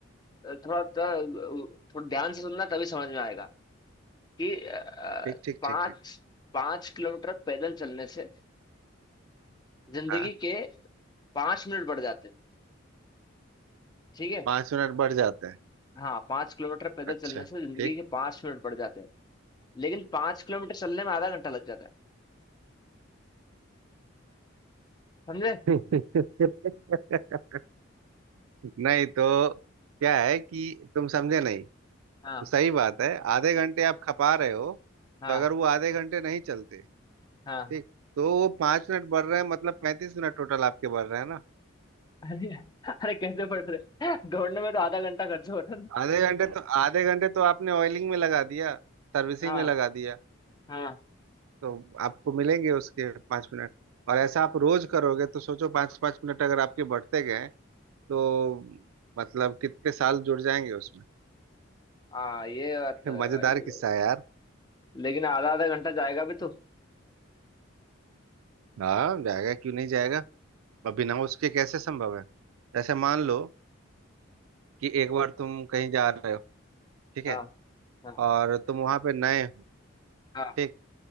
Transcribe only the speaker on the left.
थोड़ा थोड़ा थोड़ा ध्यान से सुनना तभी समझ में आएगा कि अ,
पाँच
पाँच किलोमीटर पैदल चलने से जिंदगी
के पाँच मिनट बढ़ जाते हैं ठीक है
हाँ पाँच किलोमीटर पैदल
चलने से जिंदगी
के पाँच मिनट बढ़ जाते हैं लेकिन पाँच किलोमीटर चलने में आधा घंटा लग जाता है समझे
हाँ
हाँ
हाँ
<laughs> अरे अरे कैसे पढ़ रहे <laughs> दौड़ने में तो आधा घंटा खर्च होता है ना
हाँ
हाँ
हाँ ये बात
तो है
भाई ये बात।
लेकिन आधा आधा घंटा जाएगा भी तो
हाँ हाँ
हाँ